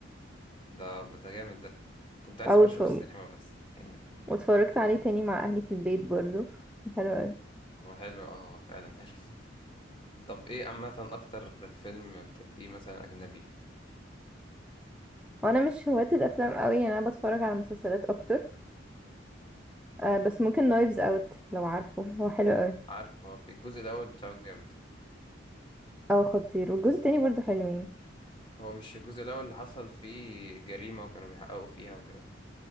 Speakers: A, on the left; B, in the centre.
A: ده ده جامد ده كنت عايز
B: او
A: اخشه
B: اتف...
A: في السينما بس يعني
B: واتفرجت عليه تاني مع اهلي في البيت برضو كان حلو قوي
A: هو حلو اه هو فعلا حلو <laughs> طب ايه عامه اكتر فيلم بتحبيه مثلا اجنبي
B: وانا مش هواة الافلام قوي يعني انا بتفرج على مسلسلات اكتر آه بس ممكن نايفز اوت لو عارفه هو حلو قوي
A: عارف هو في الجزء الاول بتاعه جامد
B: اه خطير والجزء التاني برضو حلوين
A: هو مش الجزء الأول اللي حصل فيه جريمة وكانوا بيحققوا فيها وكده